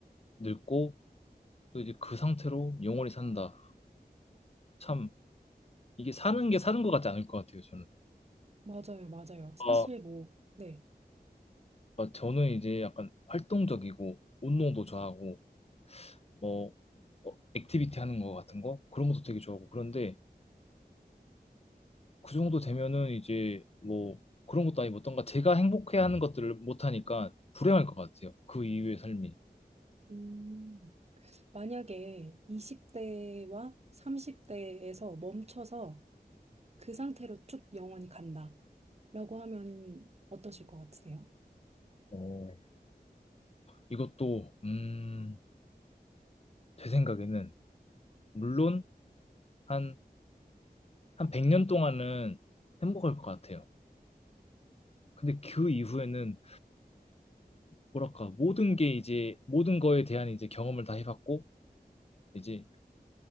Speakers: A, on the left; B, on the right.
A: 늙고 또 이제 그 상태로 영원히 산다. 참 이게 사는 게 사는 것 같지 않을 것 같아요. 저는.
B: 맞아요, 맞아요. 사실
A: 아,
B: 뭐, 네.
A: 아, 저는 이제 약간 활동적이고 운동도 좋아하고 뭐 어, 액티비티 하는 거 같은 거 그런 것도 되게 좋아하고 그런데 그 정도 되면은 이제 뭐 그런 것도 아니고 어떤가 제가 행복해 하는 것들을 못 하니까 불행할 것 같아요. 그 이후의 삶이.
B: 음, 만약에 20대와 30대에서 멈춰서 그 상태로 쭉 영원히 간다. 라고 하면 어떠실 것 같으세요?
A: 어, 이것도 음, 제 생각에는 물론 한 한 100년 동안은 행복할 것 같아요. 근데 그 이후에는 뭐랄까 모든 게 이제 모든 거에 대한 이제 경험을 다 해봤고 이제